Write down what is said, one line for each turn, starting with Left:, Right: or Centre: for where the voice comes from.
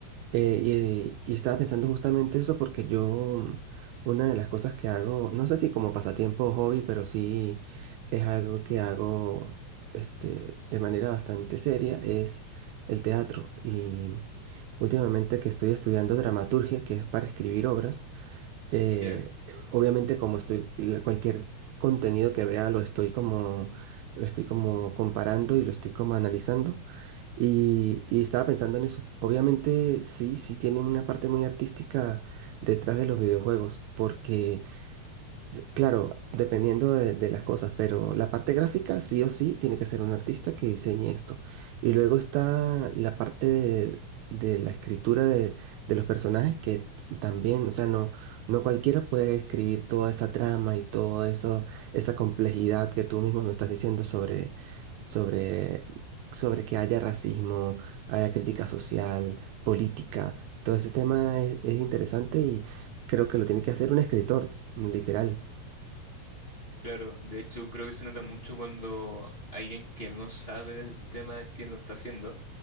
Right: eh, y, y estaba pensando justamente eso porque yo, mm, una de las cosas que hago, no sé si como pasatiempo o hobby, pero sí es algo que hago este, de manera bastante seria, es el teatro. Y últimamente que estoy estudiando dramaturgia, que es para escribir obras, eh,
Left: ¿ya?
Right: obviamente como estoy, la- cualquier contenido que vea lo estoy como, lo estoy como comparando y lo estoy como analizando. Y, y estaba pensando en eso. Obviamente sí, sí tiene una parte muy artística detrás de los videojuegos, porque S- Claro, dependiendo de, de las cosas, pero la parte gráfica sí o sí tiene que ser un artista que diseñe esto. Y luego está la parte de, de la escritura de, de los personajes que también, o sea, no, no cualquiera puede escribir toda esa trama y todo eso, esa complejidad que tú mismo me estás diciendo sobre, sobre, sobre que haya racismo, haya crítica social, política. Todo ese tema es es interesante y creo que lo tiene que hacer un escritor, literal.
Left: Claro, de hecho creo que se nota mucho cuando alguien que no sabe del tema es quien lo está haciendo,